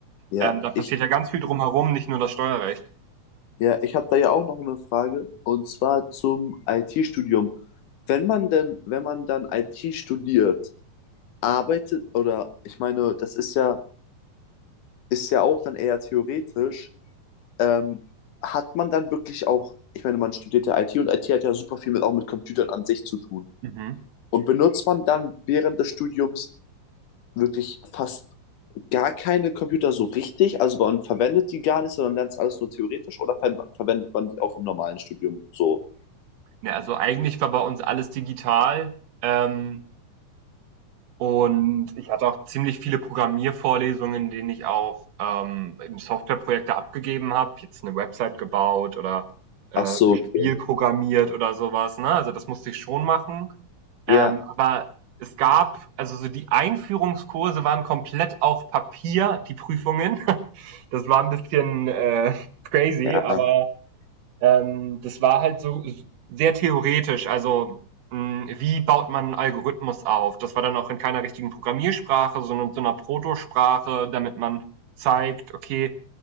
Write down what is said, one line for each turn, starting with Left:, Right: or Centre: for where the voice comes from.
Left: ja.
Right: Ähm, da passiert
Left: Ich,
Right: ja ganz viel drumherum, nicht nur das Steuerrecht.
Left: Ja, ich habe da ja auch noch eine Frage und zwar zum IT-Studium. Wenn man denn, wenn man dann IT studiert, arbeitet oder ich meine, das ist ja, ist ja auch dann eher theoretisch, ähm, hat man dann wirklich auch, ich meine, man studiert ja IT und IT hat ja super viel mit, auch mit Computern an sich zu tun.
Right: Mhm.
Left: Und benutzt man dann während des Studiums wirklich fast gar keine Computer so richtig? Also man verwendet die gar nicht, sondern lernt es alles nur theoretisch oder ver verwendet man die auch im normalen Studium so?
Right: Ja, also eigentlich war bei uns alles digital. Ähm, Und ich hatte auch ziemlich viele Programmiervorlesungen, in denen ich auch ähm, Softwareprojekte abgegeben habe, jetzt eine Website gebaut oder äh,
Left: Ach so,
Right: ein Spiel
Left: okay.
Right: programmiert oder sowas. Ne? Also das musste ich schon machen.
Left: Ja,
Right: Ähm, aber es gab, also so die Einführungskurse waren komplett auf Papier, die Prüfungen. <laughs> Das war ein bisschen äh, crazy,
Left: ja,
Right: aber ähm, das war halt so sehr theoretisch. Also, hm, wie baut man einen Algorithmus auf? Das war dann auch in keiner richtigen Programmiersprache, sondern in so 'ner Protosprache, damit man zeigt: „Okay,